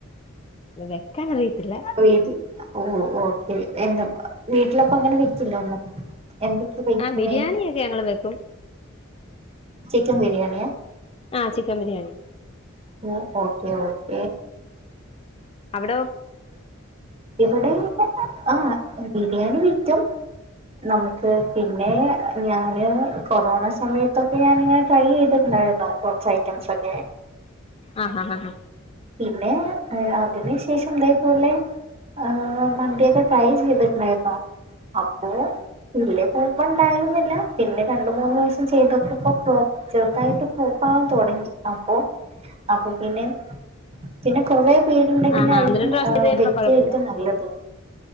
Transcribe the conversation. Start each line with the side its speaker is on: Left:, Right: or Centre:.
Left: വെ വെക്കാനറിയത്തില്ല
Right: അപ്പൊ വീട്ടിൽ ഓഹ് ഓക്കെ എന്താ വീട്ടിലപ്പ അങ്ങനെ വെക്കില്ലേ ഒന്നും എന്തൊക്ക
Left: ആഹ് ബിരിയാണിയൊക്കെ
Right: <unintelligible>
Left: ഞങ്ങള് വെക്കും
Right: ചിക്കൻ ബിരിയാണിയാ
Left: ആഹ് ചിക്കൻ ബിരിയാണി
Right: ഉം ഓക്കേ ഓക്കേ
Left: അവിടോ
Right: ഇവടേം ആഹ് ബിരിയാണി വയ്ക്കും നമുക്ക് പിന്നെ ഞാന് കൊറോണ സമയത്തൊക്കെ ഞാനിങ്ങനെ ട്രൈ ചെയ്തി ട്ടുണ്ടായിരുന്നു കൊറച്ച് ഐറ്റംസ് ഒക്കെ
Left: ആഹ് ഹ ഹാ
Right: പിന്നെ അ അതിനു ശേഷം ഇതേപോലെ ആഹ് മന്തിയൊക്കെ ട്രൈ ചെയ്തിട്ടുണ്ടാരുന്നോ അപ്പോ വല്ല്യ കൊഴപ്പോണ്ടായിരുന്നില്ല പിന്നെ രണ്ടു മൂന്ന് ദിവസം ചെയ്തോക്കിയപ്പോ ചെറുതായിട്ട് ഫ്ലോപ്പാവാൻ തൊടങ്ങി അപ്പൊ അപ്പൊ പിന്നെ പിന്നെ കൊറേ പേരുണ്ടെങ്കിലാരിക്കും
Left: ആഹ് ആഹ് ഒന്ന് രണ്ട് പ്രാവശ്യം
Right: ആഹ്
Left: ചെയ്ത് കഴിയുമ്പോ
Right: <unintelligible>
Left: കൊഴപ്പല്ല
Right: നല്ലത്